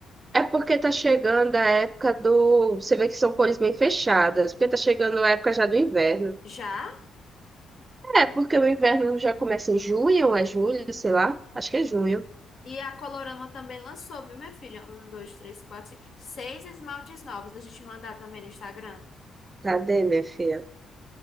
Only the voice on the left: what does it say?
Já.
E a Colorama também lançou, viu, minha filha? Um, dois, três, quatro, cinco, seis esmaltes novos. Deixa eu te mandar também no Instagram.